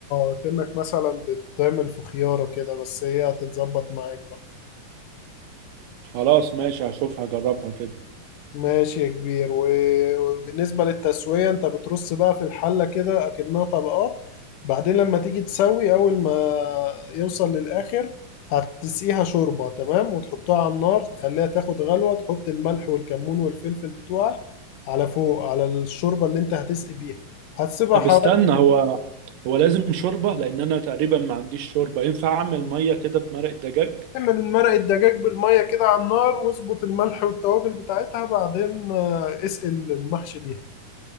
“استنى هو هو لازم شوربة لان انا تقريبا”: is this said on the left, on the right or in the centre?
Right